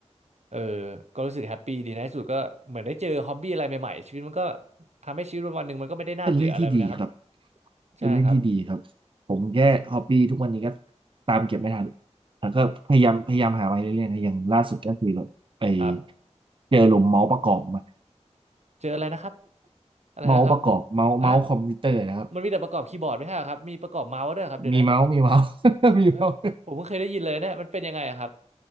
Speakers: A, on the right; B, on the right.
A: เออก็รู้สึกแฮปปี้ดีในที่สุดก็เหมือนได้เจอฮอบบี้อะไรใหม่ๆชีวิตมันก็ทำให้ชีวิตวันหนึ่งมันก็ไม่ได้น่าเบื่ออะไรแบบนะครับ
B: เป็นเรื่องที่ดีครับเป็นเรื่องที่ดีครับผมแค่ฮอบบี้ทุกวันนี้ก็
A: ใช่ครับ
B: ตามเก็บไม่ทันแล้วก็พยายามพยายามหามาเรื่อยๆนะอย่างล่าสุดก็คือแบบไป
A: ครับ
B: เจอหลุมเมาส์ประกอบมา
A: เจออะไรนะครับอะไรนะครับ
B: เมาส์ประกอบเมาส์เมาส์คอมพิวเตอร์นะครับ
A: อ่ะมันมีแต่ประกอบคีย์บอร์ดไม่ใช่เหรอครับมีประกอบเมาส์ด้วยเหรอครับเดี๋ยวนะ
B: มีเมาส์มีเมาส์ <laughs> มีเมาส์
A: เฮ้ยผมเพิ่งเคยได้ยินเลยเนยมันเป็นยังไงอะครับ